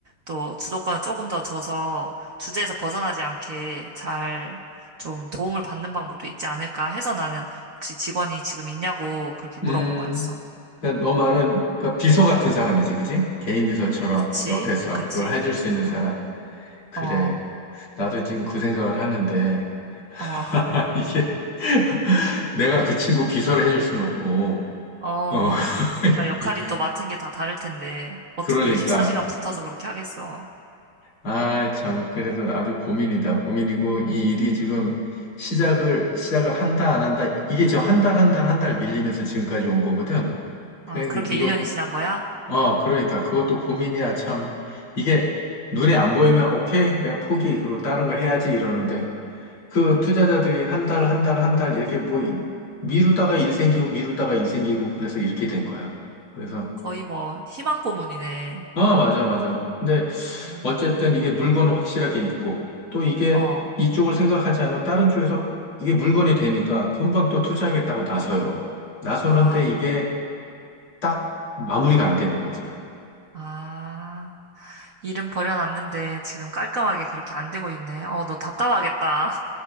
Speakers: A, on the right (about 50°); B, on the left (about 75°).
A: 또 주도권을 조금 더 줘서 주제에서 벗어나지 않게 잘 좀 도움을 받는 방법도 있지 않을까 해서 나는 혹시 직원이 지금 있냐고 그렇게 물어본
B: 음. 음.
A: 거였어.
B: 그러니까 너 말은 그러니까 비서 같은 사람이지, 그지? 개인 비서처럼
A: 그치?
B: 옆에서
A: 그치?
B: 그걸 해줄 수 있는 사람.
A: 어,
B: 그래.
A: 어.
B: 나도 지금 그 생각을 하는데 <laughs>
A: 어,
B: 이게 <laughs> 내가 그 친구 비서를 해줄 수는 없고.
A: 어.
B: 어. <laughs>
A: 나 역할이
B: 이-
A: 또 맡은 게 다 다를 텐데, 어떻게
B: 그러니까
A: 24시간 붙어서 그렇게 하겠어.
B: 아, 참 그래도 아주 고민이다. 고민이고 이 일이 지금 시작을 시작을 한다 안 한다 이게 지금 한 달 한 달 한 달 밀리면서 지금까지 온 거거든. 그래
A: 아, 그렇게
B: 그- 이거
A: 1년이 지난 거야?
B: 어, 그러니까 그것도 고민이야, 참. 이게 눈에 안 보이면 오케이, 그냥 포기, 그리고 다른 걸 해야지 이러는데 그
A: 아,
B: 투자자들이 한 달, 한 달, 한 달 이렇게 뭐 이- 미루다가 일 생기고 미루다가 일 생기고 그래서 이렇게 된 거야. 그래서
A: 거의 뭐, 희망 고문이네.
B: 아, 맞아, 맞아. 근데
A: 어,
B: 어쨌든 이게 물건은 확실하게 있고 또 이게
A: 어.
B: 이쪽을 생각하지 않으면 다른 쪽에서 이게 물건이 되니까 금방 또 투자하겠다고 나서요. 나서는데
A: 아,
B: 이게 딱 마무리가 안 되는 거지.
A: 아. 일은 버려놨는데, 지금 깔끔하게 그렇게 안 되고 있네. 어, 너 답답하겠다.